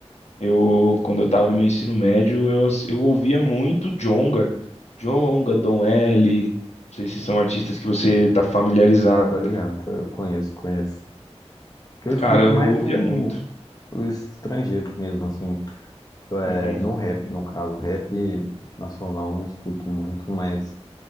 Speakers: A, on the left; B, on the left.
A: Eu, quando eu tava no meu ensino médio, eu, ass- eu ouvia muito Djonga. Djonga, Dom L. Não sei se são artistas que você tá familiarizado.
B: Tô ligado, tá? eu conheço, conheço. Que eu escuto
A: Cara, eu
B: mais
A: ouvia
B: o,
A: muito.
B: o estrangeiro mesmo, assim. É,
A: Uhum.
B: no rap, no caso, rap nacional não escuto muito, mas